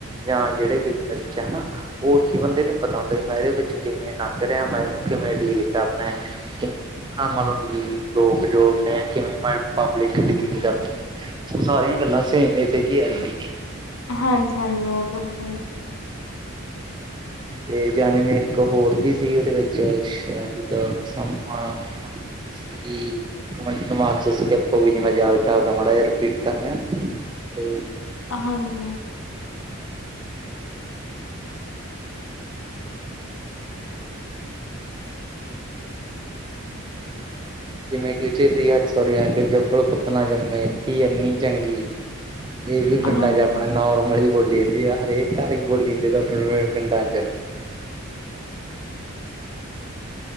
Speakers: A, on the right (about 20°); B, on the left (about 75°).
A: ਜਾਂ ਜਿਹੜੇ ਬਿਜਨਸ ਚ ਹਨਾਂ। ਉਹ ਉਸੇ ਬੰਦੇ ਨੂੰ ਪਤਾ ਹੁੰਦਾ, ਮੈਂ ਇਹਦੇ ਵਿੱਚ ਕਿਵੇਂ ਲੰਘ ਰਿਆਂ, ਮੈਂ ਇਹਨੂੰ ਕਿਵੇਂ ਡੀਲ ਕਰਨਾ। ਕਿਵੇਂ ਇਹ ਨਾਲ ਮਤਲਬ ਲੋਕ ਜੋੜਦੇ ਆ, ਕਿਵੇਂ ਮੈਂ ਪਬਲਿਕ ਡਲੀ ਕਰਨੀ। ਉਹ ਸਾਰੀਆਂ ਗੱਲਾਂ ਸੇਮ ਹੀ ਸੀ ਜੀ ਐਤਕੀ।
B: ਹਾਂਜੀ, ਹਾਂਜੀ ਬਿਲਕੁਲ ਸਹੀ ਆ।
A: ਤੇ ਜਾਂ ਜਿਵੇਂ ਇੱਕ ਹੋਰ ਵੀ ਸੀ, ਉਹਦੇ ਵਿੱਚ ਸ਼ਬਦ ਸਮਾ। ਕਿ ਇਕ ਮਿੰਟ ਤੋਂ ਮਾ ਮੈਂ ਯਾਦ ਕਰਦਾ ਮਾੜਾ ਜਿਹਾ ਰਿਪੀਟ ਕਰ ਰਿਹਾ। ਤੇ
B: ਹਾਂਜੀ,
A: ਜਿਵੇਂ ਕਿਥੇ ਹੱਥ ਸੁਰਿਆ ਕਿ ਜੱਬਲ ਪੁੱਤ ਨਾ ਜੰਮੇ ਧੀ ਅੰਨੀ ਚੰਗੀ। ਇਹ ਵੀ ਪਿੰਡਾਂ
B: ਹਾਂਜੀ
A: ਚ ਆਪਣੇ ਨੋਰਮਲ ਹੀ, ਬੋਲੀ ਜਾਂਦੀ ਆ ਹਰੇਕ ਘਰ ਚ ਬੋਲੀ ਜਾਂਦੀ ਪਿੰਡਾਂ ਚ,,